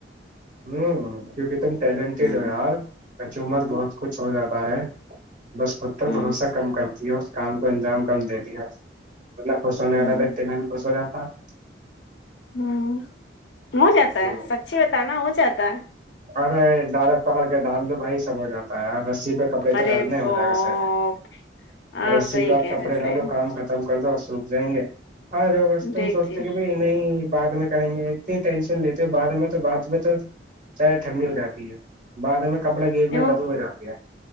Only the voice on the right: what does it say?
ہوںک ت <unintelligible> <unintelligible> ٹیلنٹیڈ
ہو یار <unintelligible> <unintelligible> کچ عمر بہت <unintelligible> <unintelligible> س کچھ ہو جاتا ہے <unintelligible> دس پتر
بھروسہ کم کرتی ہو <unintelligible> <unintelligible> کام کو انجام کم د <unintelligible> <unintelligible> مطلب خوش ہونے
جا تھا ا میں بھی خوش ہو جاتا ہے
<unintelligible> <unintelligible> ہ
ارے ڈال پکڑ کے ڈال ل بھائی سب ہو جاتا <unintelligible> <unintelligible> ت <unintelligible> <unintelligible> رسی پہ کپڑے تو
ڈالنا ہو
جائے گا سڈ
رسی
پہ آپ
کپڑے
ڈالو
کام ختم کر دو ص <unintelligible> <unintelligible> جائیں گے <unintelligible> <unintelligible> آاں ج بسم
سوتی کی بھی نہیں <unintelligible> بع میں کریں گے اتنی ٹینشن <unintelligible> <unintelligible> لیتے بع میں تو بات میں <unintelligible> <unintelligible> چاہے ٹھنڈی ہو جاتی ہے <unintelligible> <unintelligible> میں کپڑے گیب میں
بدو ہو جاتی ہے